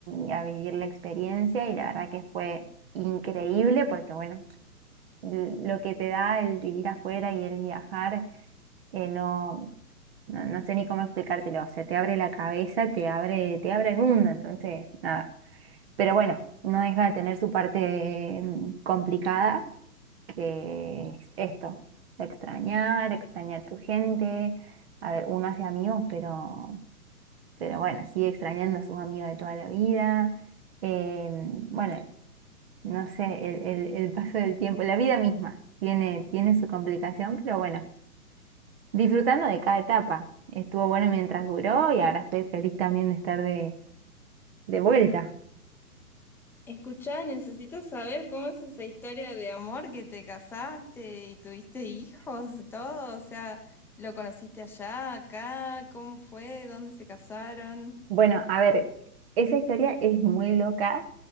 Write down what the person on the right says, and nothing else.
y a vivir la experiencia y la verdad que fue increíble porque bueno, l- lo que te da el vivir afuera y el viajar, eh, no. No, no sé ni cómo explicártelo, o sea, te abre la cabeza, te abre, te abre el mundo, entonces, nada. Pero bueno, no deja de tener su parte mm, complicada, que es esto, extrañar, extrañar tu gente. A ver, uno hace amigos, pero, pero bueno, sigue extrañando a sus amigos de toda la vida. Eh, bueno, no sé, el, el- el paso del tiempo, la vida misma tiene, tiene su complicación, pero bueno disfrutando de cada etapa. Estuvo bueno mientras duró y ahora estoy feliz también de estar de, de vuelta.
Bueno, a ver, esa historia es muy loca